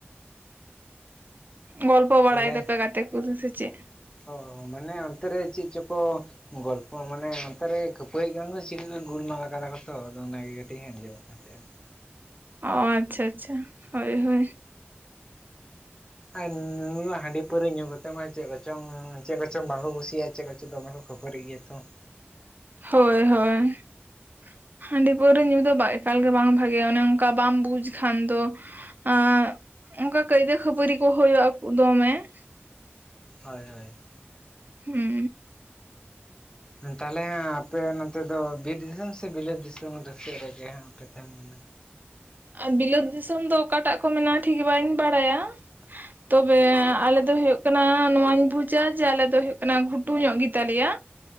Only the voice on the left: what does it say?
ᱛᱟᱦᱚᱞᱮ
ᱚ ᱢᱟᱱᱮ ᱚᱱᱛᱮ ᱨᱮ ᱪᱮᱫ ᱪᱚ ᱠᱚ ᱜᱚᱞᱯᱚ ᱢᱟᱱᱮ ᱚᱱᱛᱮ ᱨᱮ ᱠᱷᱟᱹᱯᱟᱹᱨᱤᱜ ᱠᱟᱱᱟ ᱠᱚ ᱥᱮ ᱪᱤᱠᱟᱹ, ᱜᱩᱞᱢᱞᱟ ᱠᱟᱫᱟ ᱠᱚᱛᱚ ᱟᱫᱚ ᱚᱱᱟᱜᱮ ᱠᱟᱹᱴᱤᱡ ᱟᱸᱡᱚᱢ ᱩ ᱟᱛᱮ <unintelligible>
ᱟᱨ ᱧᱩ ᱦᱟᱺᱰᱤ ᱯᱟᱹᱣᱨᱟᱹ ᱧᱩ ᱠᱟᱛᱮ ᱢᱟ ᱪᱮᱫ ᱠᱚᱪᱚᱝ ᱪᱮᱫ ᱠᱚᱪᱚᱝ ᱵᱟᱝᱠᱚ ᱠᱩᱥᱤᱭᱟᱜᱼᱟ᱾ ᱪᱮᱫ ᱠᱚᱪᱚᱝ ᱫᱚᱢᱮ ᱠᱚ ᱠᱷᱟᱹᱯᱟᱹᱨᱤᱜ ᱜᱮᱭᱟ ᱛᱚ ᱾
ᱦᱳᱭ ᱦᱳᱭ ᱾
ᱛᱟᱦᱚᱞᱮ ᱦᱟᱸᱜ ᱟᱯᱮ ᱱᱚᱛᱮ ᱫᱚ ᱵᱤᱨ ᱫᱤᱥᱚᱢ ᱥᱮ ᱵᱤᱞᱟᱹᱛ ᱫᱤᱥᱚᱢ ᱫᱚ ᱥᱮᱫ ᱨᱮᱜᱮ ᱦᱟᱸᱜ ᱯᱮ ᱛᱟᱦᱮᱸᱱ ᱠᱟᱱᱟ?